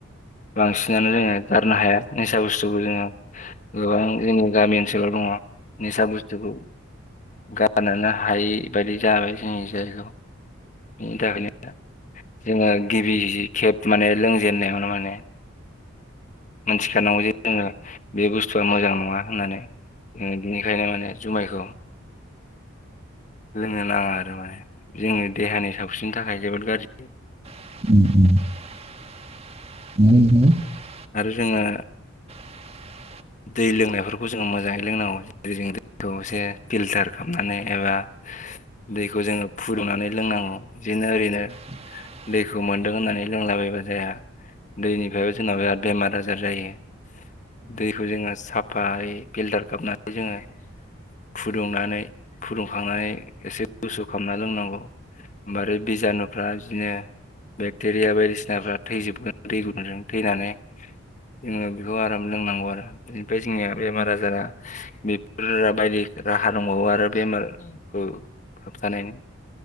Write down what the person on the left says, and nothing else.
बांसिनानो जोङो गारनो हाया निसा बुस्थुखौ जोङो गोबां जोंनि गामि ओनसोलाव दङ। निसा बुस्थुखौ गारनोनो हायै बायदि जाबाय जोंनि जायगायाव बिनि थाखायनो जोङो गिबि गिबि खेब माने लोंजेननायावनो माने मोनथिखानांगौ जे जोङो बे बुस्थुआ मोजां नङा होननानै। बिनिखायनो माने जुमायखौ लोंनो नाङा आरो माने जोङो देहानि सावस्रिनि थाखाय जोबोद गाज्रि
आरो जोङो
दै लोंनायफोरखौ जों मोजाङै लोंनांगौ जेरै जों दैखौ एसे फिल्टार खालामनानै एबा दैखौ जोङो फुदुंनानै लोंनांगौ बिदिनो ओरैनो
दैखौ मोन्दों होननानै लोंलाबायबा जाया दैनिफ्रायबो जोंना बिराद जा जायो दैखौ जोङो साफायै फिल्टार खालामनानै जोङो फुदुंनानै फुदुंखांनानै एसे गुसु खालामना लोंनांगौ। ओमबानो बिजानुफ्रा बिदिनो बेक्टेरिया बायदिसिनाफ्रा थैजोबगोन दै गुदुंजों थैनानै जोङो बेखौ आराम लोंनांगौ आरो बे जोंनिया बेमार आजारा बेफोर बायदि राहा दंबावो आरो बेमारखौ होबथानायनि